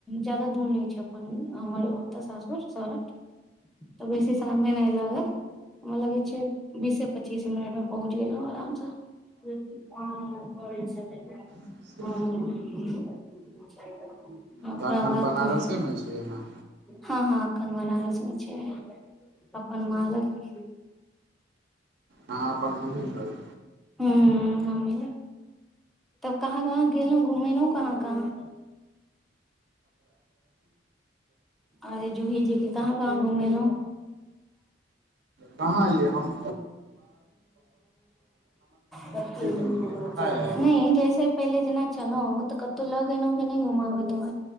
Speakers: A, in the centre; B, on the right.
A: जादा दूर नै छै अपन हमर ओ तऽ सासुर सौराठ तऽ बेसी सामय नै लागल हमरा लगे छै बीसे-पच्चीस मिनट मे पहुँच गेलौ। आराम सऽ <unintelligible>
B: छै।
A: ओकरा
B: तऽ एखन
A: बाद
B: बनारसेमे
A: त
B: छियै ने
A: हँ हँ एखन बनारसमे छिये अपन माँ लग
B: आहाँ अपन मम्मी लग
A: हुं मम्मी यै तब कहाँ-कहाँ गेलौ? घुमेनू कहां-कहां? अरे जूही जी के कहाँ-कहाँ घुमेलौ?
B: कहाँ यै हम
A: <unintelligible>
B: निकलै पता य
A: नै जैसे पहिले जेना छलौ तऽ कतौ लऽ गेलौ की नै घुमाबै तुमा